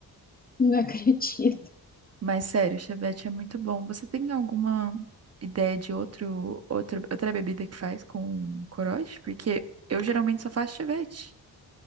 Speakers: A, on the left; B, on the right.
A: Não <laughs> acredito.
B: <laughs> Mas sério, chevette é muito bom. Você tem alguma ideia de outro, outro, outra bebida que faz com corote? Porque eu geralmente só faço chevette.